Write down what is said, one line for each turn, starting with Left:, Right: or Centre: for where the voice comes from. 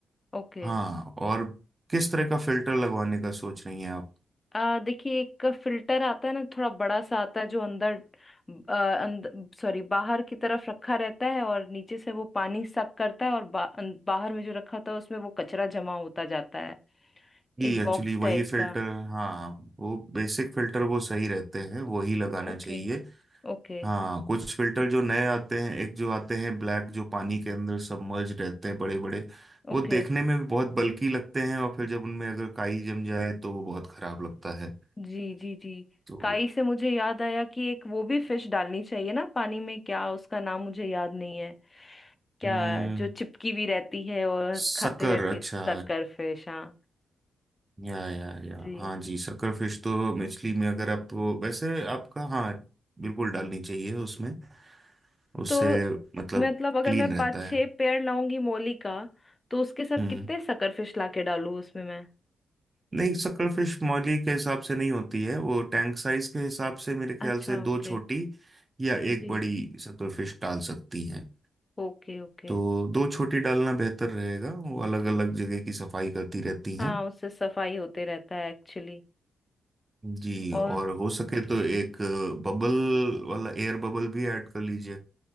Left: okay
Right: हाँ और किस तरह का फिल्टर लगवाने का सोच रही हैं आप
Left: आ देखिए एक फिल्टर आता है ना थोड़ा बड़ा सा आता है जो अंदर आ, अंदर सॉरी बाहर की तरफ रखा रहता है और नीचे से वो पानी सक करता है और बा, अं- बाहर में जो रखा होता है उसमें वो कचरा जमा होता जाता है
Right: कि
Left: एक
Right: एक्चुअली
Left: बॉक्स
Right: वही
Left: टाइप
Right: फिल्टर
Left: का
Right: हाँ वो बेसिक फिल्टर वो सही रहते हैं वही लगाना
Left: ओके
Right: चाहिए
Left: Okay
Right: हाँ कुछ फिल्टर जो नए आते हैं एक जो आते हैं ब्लैक जो पानी के अंदर सबमर्ज रहते हैं बड़े बड़े वो
Left: okay
Right: देखने में भी बहुत बल्की लगते हैं और फिर जब उनमें अगर काई जम जाए तो वो बहुत खराब लगता है
Left: जी जी जी
Right: तो
Left: काई से मुझे याद आया कि एक वो भी फिश डालनी चाहिए ना पानी में क्या उसका नाम मुझे याद नहीं है क्या
Right: हम्म,
Left: जो चिपकी भी रहती है और
Right: शक्कर
Left: खाते रहती
Right: अच्छा
Left: है सक्कर फिश हाँ
Right: या या या
Left: जी
Right: हाँ जी सकरफिश तो मछली में अगर आप वैसे आपका हाँ बिल्कुल डालनी चाहिए उसमें उससे
Left: तो
Right: मतलब
Left: मतलब अगर
Right: क्लीन
Left: मैं
Right: रहता
Left: पाँच छह
Right: है
Left: पेड़ लाऊंगी मोली का तो उसके साथ
Right: हम्म
Left: कितने शकरफिश लाके डालूं उसमें मैं
Right: नहीं सकरफिश मौली के हिसाब से नहीं होती है वो टैंक साइज के हिसाब से मेरे ख्याल
Left: अच्छा
Right: से दो
Left: ओके
Right: छोटी या एक
Left: जी
Right: बड़ी सकरफिश डाल सकती हैं
Left: Okay okay
Right: तो दो छोटी डालना बेहतर रहेगा वो अलग अलग जगह की सफाई करती रहती
Left: हाँ
Right: हैं
Left: उससे सफाई होते रहता है एक्चुअली
Right: जी
Left: और
Right: और हो सके तो एक
Left: जी
Right: बबल वाला एयर बबल भी ऐड कर लीजिए